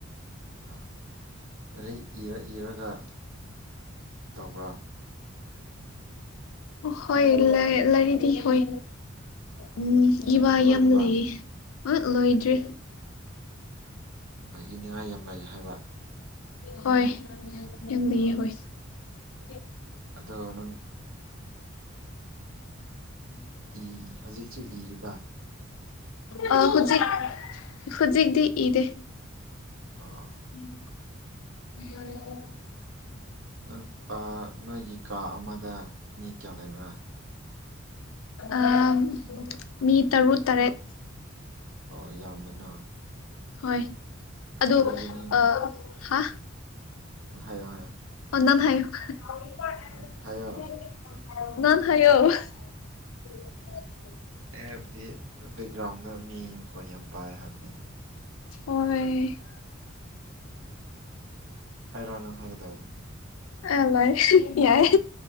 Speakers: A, on the right (about 75°); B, on the left (about 80°).
A: ꯑꯥ ꯑꯗꯩ ꯏꯔ ꯏꯔꯒ ꯇꯧꯕ꯭ꯔꯥ
B: ꯍꯣꯏ ꯂꯥꯏꯔꯤꯗꯤ ꯍꯣꯏ ꯎꯝ ꯏꯕꯥ
A: ꯏꯕ ꯂꯣꯏꯔꯕ
B: ꯌꯥꯝ ꯂꯩꯌꯦ ꯑ ꯂꯣꯏꯗ꯭ꯔꯤ
A: ꯏꯅꯤꯡꯉꯥꯏ ꯌꯥꯝ ꯂꯩ ꯍꯥꯏꯕ
B: ꯍꯣꯏ ꯌꯥꯝ ꯂꯩꯌꯦ
A: ꯑꯥ
B: ꯍꯣꯏ <unintelligible> <unintelligible>
A: ꯑꯗꯣ ꯅꯪ ꯏ ꯍꯧꯖꯤꯛꯁꯨ ꯏꯔꯤꯕ
B: ꯑ ꯍꯧꯖꯤꯛ ꯍꯧꯖꯤꯛꯇꯤ ꯏꯗꯦ
A: ꯑꯥ
B: <unintelligible>
A: ꯅꯪ ꯑꯥ ꯅꯣꯏꯒꯤ ꯀꯥ ꯑꯃꯗ ꯃꯤ ꯀꯌꯥ ꯂꯩꯕ꯭ꯔꯥ
B: ꯑꯥ ꯃꯤ ꯇꯔꯨꯛ ꯇꯔꯦꯠ
A: ꯑꯣ ꯌꯥꯝꯃꯤꯅ
B: ꯍꯣꯏ ꯑꯗꯨ
A: ꯑꯗꯨꯒꯤꯅꯤꯅꯦ
B: ꯑ ꯍꯥ
A: ꯍꯥꯏꯌꫭ ꯍꯥꯏꯌꯥ
B: <unintelligible>
A: ꯎꯝ ꯍꯥꯏꯌꯣ
B: <unintelligible>
A: ꯑꯩ ꯍꯥꯏꯕꯗꯤ ꯕꯦꯛꯒ꯭ꯔꯥꯎꯟꯗ ꯃꯤ ꯃꯈꯣꯟ ꯌꯥꯝ ꯇꯥꯏ ꯍꯥꯏꯕꯅꯤꯗ
B: ꯑꯣꯏ
A: ꯍꯥꯏꯔꯣ ꯅꯪ ꯍꯥꯏꯒꯗꯕꯗ
B: ꯑ ꯂꯣꯏ ꯌꯥꯏ